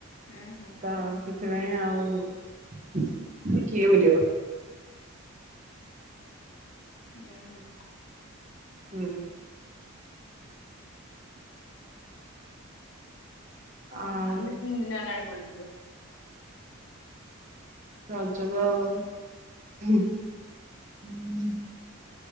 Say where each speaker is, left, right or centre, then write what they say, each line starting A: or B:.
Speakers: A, on the left; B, on the right.
A: ଉଁ ହୁଁ।
B: ତ ସେଥିପାଇଁ ଆଉ କିଏ ବୁଲିବ।
A: ଉଁ ହୁଁ।
B: ହୁଁ। ଆଉ
A: ଆମେ ତିନି ଦିନ ହେଲାଣି ବୁଲୁଥିଲୁ।
B: ରଜରେ ଆଉ ହୁଁ ହୁଁ।